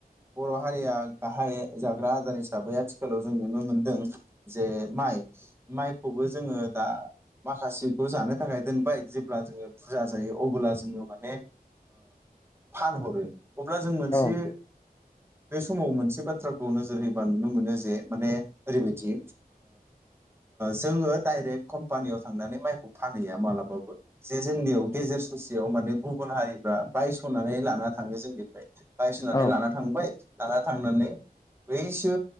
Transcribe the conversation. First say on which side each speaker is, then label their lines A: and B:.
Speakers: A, on the right (about 15°); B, on the left (about 25°).
A: बर' हारिया गाहाय जाग्रा आदार हिसाबै आथिखालाव जों नुनो मोनदों जे माइ माइखौबो जोङो दा माखासेखौ जानो थाखाय दोनबाय जेब्ला जोङो बुरजा जायो अब्ला जोङो माने फानहरो अब्ला जों मोनसे
B: औ औ
A: बे समाव मोनसे बाथ्राखौ नोजोर होयोबा नुनो मोनो जे माने ओरैबायदि जोङो डाइरेक्ट कम्पानियाव थांनानै माइखौ फानहैया मालाबाबो जे जोंनियाव गेजेर ससेयाव माने गुबुन हारिफ्रा बायस'नानै लाना थाङो जों निफ्राय बायसननानै
B: औ
A: लाना थांबाय लाना थांनानै बैसो